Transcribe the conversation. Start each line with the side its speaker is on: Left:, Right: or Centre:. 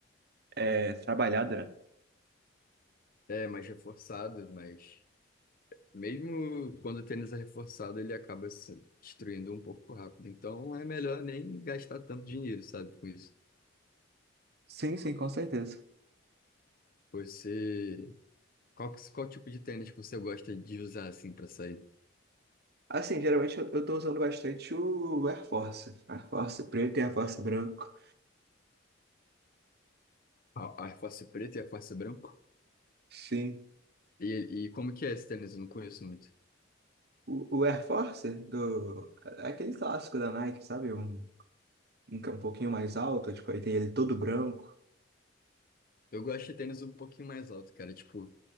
Right: é, é, trabalhado, né?
Left: É, mais reforçado, mas mesmo quando o tênis é reforçado, ele acaba se destruindo um pouco rápido. Então é melhor nem gastar tanto dinheiro, sabe, com isso.
Right: Sim, sim, com certeza.
Left: Você. Qual, que- qual tipo de tênis que você gosta de usar assim pra sair?
Right: Assim, geralmente eu, eu tô usando bastante o Air Force. Air Force preto e Air Force branco.
Left: A, a Air Force preta e a Air Force branco?
Right: Sim.
Left: E, e como que é esse tênis? Eu não conheço muito.
Right: O, o Air Force do. é Aquele clássico da Nike, sabe? Um, um que é um pouquinho mais alto, tipo, aí tem ele todo branco.
Left: Eu gosto de tênis um pouquinho mais alto, cara. Tipo,